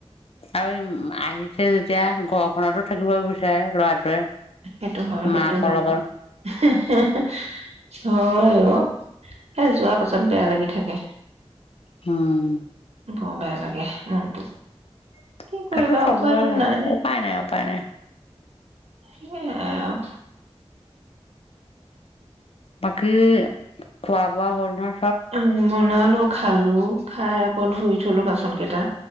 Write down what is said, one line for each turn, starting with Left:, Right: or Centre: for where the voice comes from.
Left: আৰু ই আহিছে যেতিয়া ঘৰখনতো থাকিব বিচাৰে লৰাটোৱে
Right: সেইটো হয় সেইটো
Left: মাকৰ
Right: হয়
Left: লগত
Right: হে হে হয় অ এ যোৱা পছন্দ বেয়া লাগি থাকে
Left: উম
Right: বৰ বেয়া লাগে মনটো
Left: <unintelligible>
Right: কি কৰিবা
Left: চবৰে
Right: উপায়তো
Left: হয়
Right: নাই
Left: উপায় নাই উপায় নাই
Right: সেয়াই আৰু
Left: বাকী, খোৱা বোৱা হ'ল ন
Right: উম', বনালো খালো, খাই আকৌ ধুই থলো বাচন কেইটা